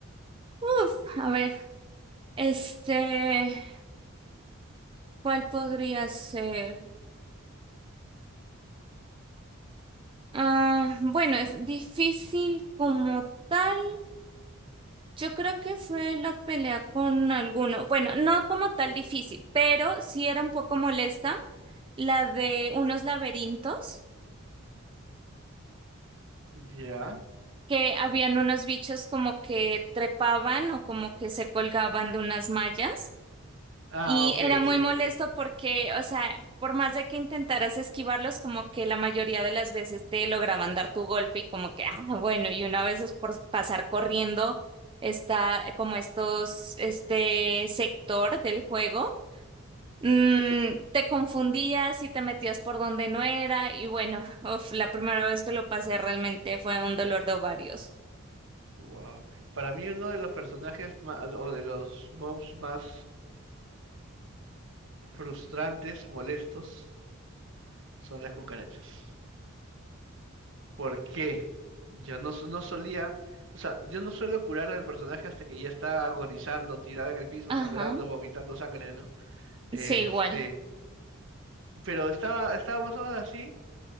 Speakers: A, on the right (about 25°); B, on the right (about 60°).
A: Uf, a ver, este, ¿cuál podría ser? Ah, bueno, es difícil como tal. Yo creo que fue la pelea con alguno. Bueno, no como tal difícil, pero sí era un poco molesta la de unos laberintos
B: Ya.
A: que habían unos bichos como que trepaban o como que se colgaban de unas mallas.
B: Ah,
A: Y
B: ok,
A: era muy
B: sí.
A: molesto porque, o sea, por más de que intentaras esquivarlos, como que la mayoría de las veces te lograban dar tu golpe y como que, ah, bueno, y una vez es por pasar corriendo, está como estos, este sector del juego, mm, te confundías y te metías por donde no era y bueno, <laughs> uf, la primera vez que lo pasé realmente fue un dolor de ovarios.
B: Wow. Para mí uno de los personajes ma- o de los mobs más frustrantes, molestos. son las cucarachas. ¿Por qué? Yo no, so- no solía, o sea, yo no suelo curar al personaje hasta que ya está agonizando, tirado en el piso,
A: Ajá,
B: sangrando, vomitando sangre, ¿no? Este,
A: sí, igual.
B: pero estaba, estaba más o menos así